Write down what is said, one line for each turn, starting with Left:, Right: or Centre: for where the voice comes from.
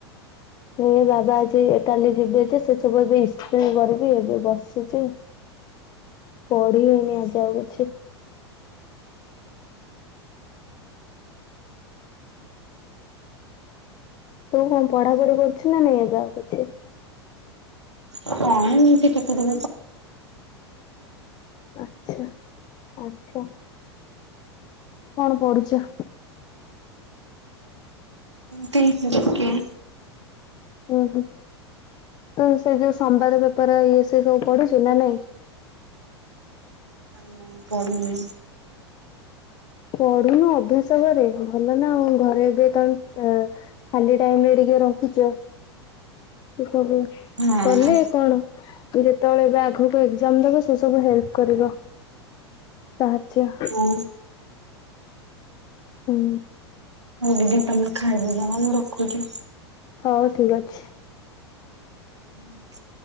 Left: ଏ ବାବା ଅଛି କାଲି ଯିବେ ଅ ସେ ସବୁ ଏବେ ଇସ୍ତ କର ବି ଏବେ ବସୁଛି ପଢି ହେଇନି ଆଜି ଆଉ କିଛି ତୁ କଣ ପଢା ପଢି କରୁଛୁ ନା ନାଇଁ ଏବେ ଆଉ କିଛି
Right: କଣ ଏମତି ପଉଛ
Left: ଆଛା ଆ୍ଛା କଣ ପଡୁଛ
Right: ତି ଦେେ
Left: ହ ହ ତ ସେ ଯୋଉ ସମ୍ବାର ବେପାର ଇଏ ସେ ସବୁ ପଢିଛୁ ନା ନାଇଁ
Right: ନ ପଡ଼ନ
Left: ପଢୁନୁ ଅଭ୍ୟାସ କରେ ଭଲ ନା ଆଉ ଘରେ ଏବେ ତମେ ଅ ଖାଲି ଟାଇମ ରେ ଟିକେ ରହୁଛ ସବୁ
Right: ହଁ
Left: କଲେ କଣ ତ ଯେ ଯେତେବେଳେ ଏବେ ଆଗକୁ ଏକ୍ଜାମ ଦେବେ ସେ ସବୁ ହେଲ୍ପ କରିବ ସାହାଯ୍ୟ
Right: ହଉ
Left: ହୁଁ
Right: ହଉ ଦିଦି ତମେ ଖାଇବି ଜମା ମୁଁ ରଖୁଛି
Left: ହଉ ଠିକ ଅଛି
Right: ହୁଁ